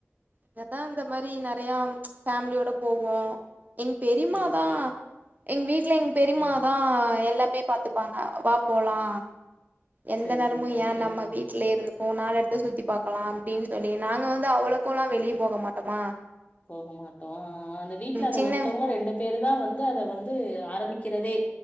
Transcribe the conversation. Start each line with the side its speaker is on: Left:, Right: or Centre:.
Right: இததா இந்த மாரி நெறையா ஃபேமிலியோட போவோ எங் பெரிம்மாதா
Left: சரி சரி
Right: எங் வீட்ல எங் பெரிம்மாதா
Left: ம்
Right: எல்லாமே பாத்துப்பாங்க வா போலா எந்த
Left: சரி
Right: நேரமு
Left: சரி சரி
Right: ஏ நம்ம
Left: ஆ
Right: வீட்லயே இருந்துக்கு நாலு எடத்த சுத்தி பாக்கலா அப்படின்னு சொல்லி நாங்க வந்து அவ்வளவு போலா வெளிய போக மாட்டமா
Left: போக மாட்டோ அந்த வீட்ல அது
Right: சின்ன
Left: ஒருத்தவங்க ரெண்டு பேரு தா வந்து அத வந்து ஆரம்பிக்கிறதே